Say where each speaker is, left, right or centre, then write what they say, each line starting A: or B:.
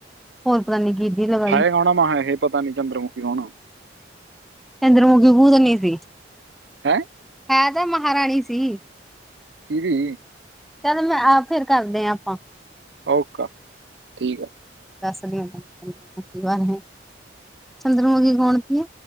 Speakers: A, in the centre; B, on the right (about 70°).
A: ਹੋਰ ਪਤਾ ਨੀ ਕਿਦੀ ਲਗਾ
B: ਹੈ ਕੌਣਾ ਆ ਮਹਾ ਏਹੇ ਪਤਾ ਨੀ ਚੰਦਰਮੁਖੀ ਕੌਣ‌ ਆ
A: ਚੰਦਰਮੁਖੀ ਭੂਤਨੀ ਸੀ
B: ਹਐ
A: ਹੈ ਤਾਂ ਮਹਾਰਾਣੀ ਸੀ
B: ਕਿਦੀ
A: ਚੱਲ ਮੈਂ ਆਪ ਫੇਰ ਕਰਦੇ ਆ ਆਪਾਂ
B: ਓਕਾ ਠੀਕ ਆ
A: ਦੱਸਦੀ ਆ ਚੰਦਰਮੁਖੀ ਬਾਰੇ ਚੰਦਰਮੁਖੀ ਕੌਣ ਤੀ